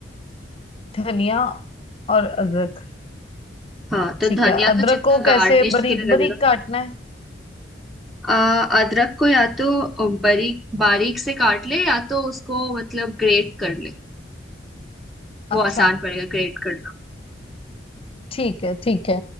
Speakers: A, on the left; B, in the centre.
A: धनिया और अदरक
B: हाँ तो
A: ठीक
B: धनिया
A: है अदरक
B: तो जितना
A: को कैसे
B: गार्निश
A: बारीक
B: के लिए
A: बारीक
B: लगेगा
A: काटना है
B: आ, अदरक को या तो बारीक बारीक से काट ले या तो उसको मतलब ग्रेट कर ले वो
A: अच्छा
B: आसान पड़ेगा ग्रेट करना
A: ठीक है ठीक है